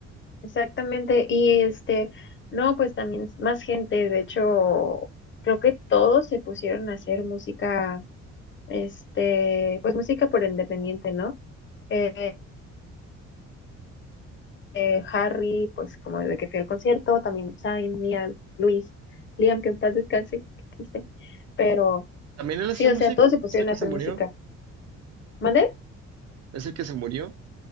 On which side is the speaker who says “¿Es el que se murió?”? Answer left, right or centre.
Right